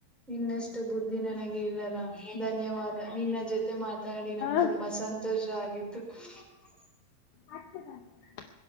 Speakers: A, in the centre; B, on the left (about 75°).
A: ಇನ್ನಷ್ಟು ಬುದ್ದಿನ ನನಗೆ ಇಲ್ಲಲ್ಲ ಧನ್ಯವಾದ ನಿನ್ನ ಜೊತೆ ಮಾತಾಡಿ ನಂಗೆ
B: ಹ
A: ತುಂಬಾ ಸಂತೋಷ ಆಗಿತ್ತು. ಹ <inaudible>
B: ಅತ ಸ <unintelligible>